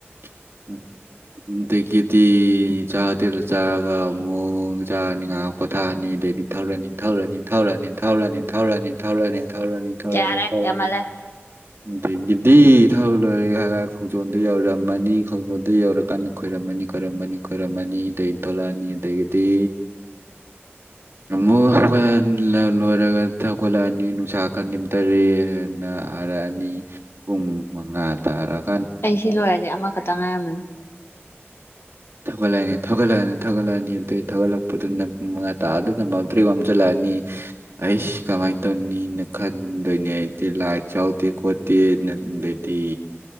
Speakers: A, on the right; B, on the left.
A: <inaudible> ꯑꯗꯒꯤꯗꯤ ꯆꯥꯛ ꯍꯇꯦꯜꯗ ꯆꯥꯔꯒ ꯑꯃꯨꯛ ꯆꯥꯔꯅꯤ ꯉꯍꯥꯛ ꯄꯣꯊꯥꯔꯅꯤ ꯑꯗꯩꯗꯤ ꯊꯧꯔꯅꯤ ꯊꯧꯔꯅꯤ ꯊꯧꯔꯅꯤ ꯊꯧꯔꯅꯤ ꯊꯧꯔꯅꯤ ꯊꯧꯔꯛꯑꯅꯤ ꯊꯧꯔꯅꯤ ꯊꯧꯔꯅꯤ
B: ꯌꯥꯔꯦ
A: ꯊꯧꯔꯅꯤ
B: ꯌꯥꯝꯃꯜꯂꯦ
A: ꯑꯗꯒꯤꯗꯤ ꯊꯥꯎ ꯂꯣꯏꯔꯦ ꯍꯥꯏ ꯈꯣꯡꯖꯣꯝꯗ ꯌꯧꯔꯝꯃꯅꯤ ꯈꯣꯡꯖꯣꯝꯗ ꯌꯧꯔꯀꯥꯟꯗ ꯈꯣꯏꯔꯝꯃꯅꯤ ꯈꯣꯏꯔꯝꯃꯅꯤ ꯈꯣꯏꯔꯝꯃꯅꯤ ꯑꯗꯩ ꯊꯣꯛꯂꯛꯑꯅꯤ ꯑꯗꯩꯒꯤꯗꯤ
B: <unintelligible>
A: ꯑꯃꯨꯛ ꯍꯧꯒꯠ ꯂꯣꯏꯔꯒ ꯍꯧꯒꯠꯂꯛꯑꯅꯤ ꯅꯨꯡꯁꯥ ꯀ ꯅꯤꯝꯗꯥꯔꯦ ꯍꯥꯢꯅ ꯈꯔ ꯑꯅꯤ ꯄꯨꯡ ꯃꯉꯥ ꯇꯥꯔꯛ
B: ꯑꯩ ꯁꯤ ꯂꯣꯏꯔꯗꯤ ꯑꯃꯈꯛꯇꯪ ꯉꯥꯏꯔꯝꯃꯅꯤ
A: ꯊꯧꯒꯠꯂꯛꯑꯅꯤ ꯊꯧꯒꯠꯂꯛꯑꯅꯤ ꯊꯧꯒꯠꯂꯛꯑꯅꯤ ꯑꯗꯩ ꯊꯧꯒꯠꯂꯛꯄꯗꯨꯅ ꯄꯨꯡ ꯃꯉꯥ ꯇꯥ ꯑꯗꯨꯅ ꯃꯝꯇ꯭ꯔꯤꯛ ꯃꯝꯁꯤꯜꯂꯛꯑꯅꯤ ꯑꯩꯁ ꯀꯃꯥꯏꯅ ꯇꯧꯅꯤꯅ ꯈꯟꯗꯣꯏꯅꯦ ꯑꯩꯗꯤ ꯂꯥꯏꯠꯁꯨ ꯌꯥꯎꯗꯦ ꯈꯣꯠꯇꯦꯅ ꯗꯦꯗꯤ